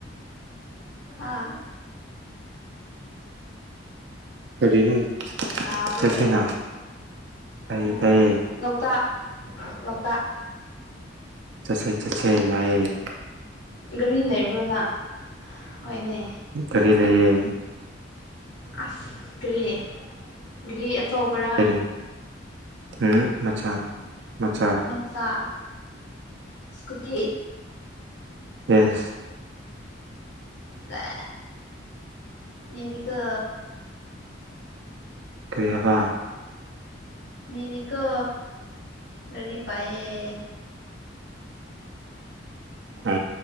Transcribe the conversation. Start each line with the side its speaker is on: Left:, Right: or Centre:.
Left: ꯑꯥ
Right: ꯀꯔꯤꯅꯣ
Left: ꯇꯥꯕ꯭ꯔꯣ
Right: ꯆꯠꯁꯤꯅ ꯇꯥꯏꯌꯦ
Left: ꯎꯝ
Right: ꯇꯥꯏꯌꯦ
Left: ꯂꯣꯛꯇꯥꯛ ꯂꯣꯛꯇꯥꯛ
Right: ꯆꯠꯁꯦ ꯆꯠꯁꯦ ꯌꯥꯏꯌꯦꯦ
Left: ꯒꯥꯔꯤ ꯂꯩꯕ꯭ꯔꯣꯅ ꯍꯣꯏꯅꯦ
Right: ꯀꯔꯤ ꯂꯩꯌꯦ
Left: ꯑꯁ ꯒ꯭ꯔꯤ ꯒ꯭ꯔꯤ ꯑꯆꯧꯕꯔ
Right: ꯑꯩ ꯎꯝ ꯃꯆꯥ ꯃꯆꯥ
Left: ꯃꯆꯥꯥ ꯏꯁꯀꯨꯇ
Right: ꯎꯝ
Left: ꯐꯦ ꯃꯤꯅꯤꯀ
Right: ꯀꯔꯤ ꯍꯥꯏꯕ
Left: ꯃꯤꯦꯅꯤꯀ ꯔꯤ ꯄꯑ
Right: ꯑ